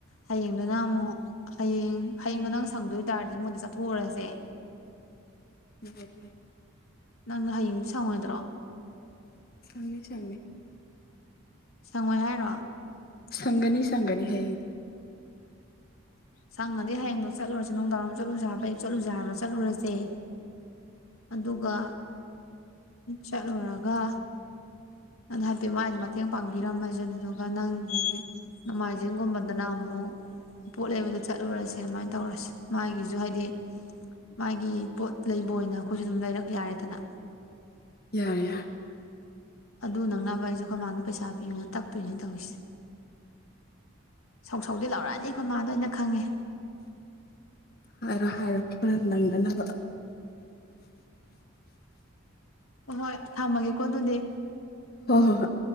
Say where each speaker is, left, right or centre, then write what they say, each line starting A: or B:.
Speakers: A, on the left; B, on the left.
A: ꯍꯌꯦꯡꯗꯨꯅ ꯑꯃꯨꯛ ꯍꯌꯦꯡ ꯍꯌꯦꯡꯗꯣ ꯅꯪ ꯁꯪꯗꯣꯏ ꯇꯥꯔꯗꯤ ꯃꯣꯏꯗ ꯆꯠꯊꯣꯛꯎꯔꯁꯦ
B: <inaudible>
A: ꯅꯪꯅ ꯍꯌꯦꯡꯗꯤ ꯁꯪꯉꯣꯏꯗ꯭ꯔꯣ
B: ꯁꯪꯅꯤ ꯁꯪꯅꯤ
A: ꯁꯪꯉꯣꯏ ꯍꯥꯏꯔꯣ
B: ꯁꯪꯒꯅꯤ ꯁꯪꯒꯅꯤ ꯍꯌꯦꯡꯗꯤ
A: ꯁꯪꯉꯅꯗꯤ ꯍꯥꯏꯌꯦꯡꯅ ꯆꯠꯂꯨꯔꯁꯤ ꯗꯥꯡꯋꯥꯔꯝ ꯆꯠꯂꯨꯁꯦꯕ ꯑꯌꯨꯛ ꯆꯠꯂꯨ ꯕꯖꯥꯔꯗ ꯆꯠꯂꯨꯔꯁꯦ ꯑꯗꯨꯒ ꯆꯠꯂꯨꯔꯒ ꯅꯪ ꯍꯥꯏꯐꯦꯠ ꯃꯥꯥꯏꯁꯦ ꯃꯇꯦꯡ ꯄꯥꯡꯕꯤꯔꯝꯃꯁꯦ ꯑꯗꯨꯗꯨꯒ ꯅꯪꯒꯤ ꯅꯣꯡꯃꯥꯏꯖꯤꯡꯒꯨꯝꯕꯗꯅ ꯑꯃꯨꯛ ꯄꯣꯠ ꯂꯩꯕꯗ ꯆꯠꯂꯨꯔꯁꯦ ꯑꯗꯨꯃꯥꯏꯅ ꯇꯧꯔꯁꯦ ꯃꯥꯒꯤꯁꯨ ꯍꯥꯏꯗꯤ ꯃꯥꯒꯤ ꯄꯣꯠ ꯂꯩꯕ ꯑꯣꯏꯅ ꯑꯈꯣꯏꯁꯨ ꯑꯗꯨꯝ ꯂꯩꯔꯛ ꯌꯥꯔꯦꯗꯅ
B: ꯌꯥꯔꯦ ꯌꯥꯔꯦ
A: ꯑꯗꯨ ꯅꯪꯅꯕ ꯑꯩꯁꯨ ꯑꯈꯣꯏ ꯃꯥꯗ ꯄꯩꯁꯥ ꯄꯤꯌꯨꯅ ꯇꯛꯇꯣꯏꯅꯤ ꯇꯧꯔꯤꯁꯦ ꯁꯧꯁꯧꯗꯤ ꯂꯧꯔꯛꯑꯅꯤ ꯑꯈꯣꯏ ꯃꯥꯗꯣ ꯑꯩꯅ ꯈꯪꯉꯦ
B: ꯍꯥꯏꯔꯣ ꯍꯥꯏꯔꯣ ꯈꯔ ꯅꯪꯅꯅꯕ
A: ꯍꯣ ꯍꯣꯏ ꯊꯝꯃꯒꯦꯀꯣ ꯑꯗꯨꯗꯤ
B: ꯍꯣ ꯍꯣ ꯍꯣꯏ